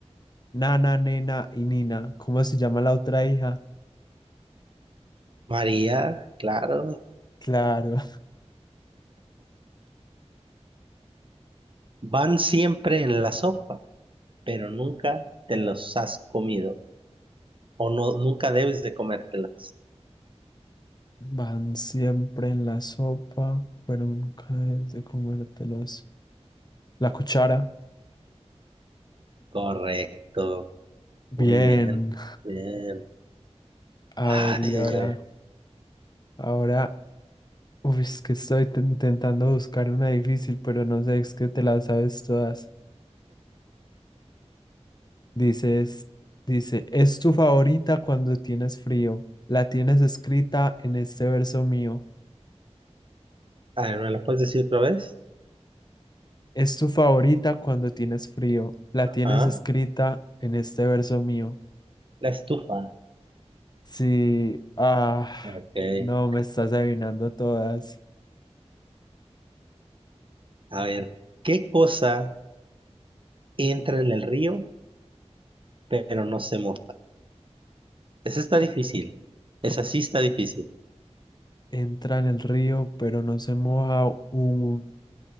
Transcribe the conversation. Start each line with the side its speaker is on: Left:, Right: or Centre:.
Left: Nana, Nena y Nina. ¿Cómo se llama la otra hija?
Right: María, claro.
Left: Claro.
Right: Van siempre en la sopa, pero nunca te los has comido o no, nunca debes de comértelas.
Left: Van siempre en la sopa, pero nunca es de comértelos. La cuchara.
Right: Correcto.
Left: Bien.
Right: Muy bien. Bien.
Left: A ver,
Right: Ay,
Left: y ahora,
Right: ay, ay.
Left: ahora, uy, es que estoy te- intentando buscar una difícil, pero no sé, es que te las sabes todas. Dices, dice, es tu favorita cuando tienes frío. La tienes escrita en este verso mío.
Right: A ver, ¿me lo puedes decir otra vez?
Left: Es tu favorita cuando tienes frío. La tienes
Right: Ajá.
Left: escrita en este verso mío.
Right: La estufa.
Left: Sí, ah,
Right: Ok.
Left: no, me estás adivinando todas.
Right: A ver, ¿qué cosa entra en el río pero no se moja? Esa está difícil. Esa sí está difícil.
Left: Entra en el río, pero no se moja un,